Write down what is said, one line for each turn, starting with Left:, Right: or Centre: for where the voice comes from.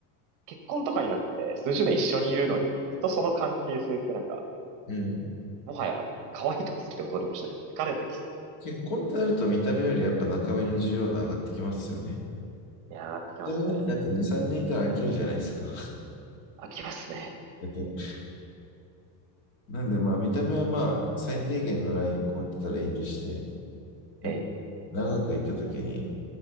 Right: 結婚とかになって数十年一緒にいるのに、ずっとその関係性ってなんか、
Left: うん
Right: もはや可愛いとか好きとか努力しなきゃ疲れてきそうで。
Left: 結婚ってなると見た目よりやっぱ中身の需要度上がってきますよね。
Right: いや、上がってきますね。
Left: 見た目なんてだって2、3年いたら飽きるじゃないですか。
Right: 飽きますね。
Left: だってなんでまあ見た目はまあ最低限のライン超えてたらいいとして、やっぱ
Right: ええ。
Left: 長くいた時に